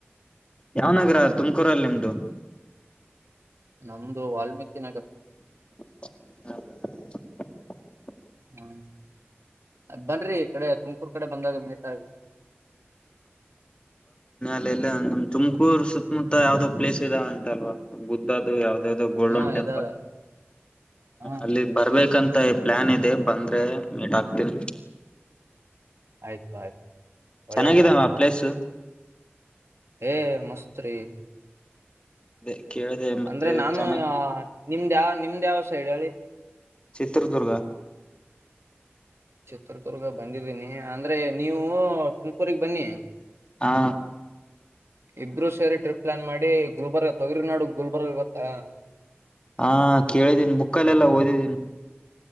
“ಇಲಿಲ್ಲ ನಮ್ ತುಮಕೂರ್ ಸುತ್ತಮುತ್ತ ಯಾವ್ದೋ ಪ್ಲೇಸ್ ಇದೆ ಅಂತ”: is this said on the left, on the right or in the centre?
Left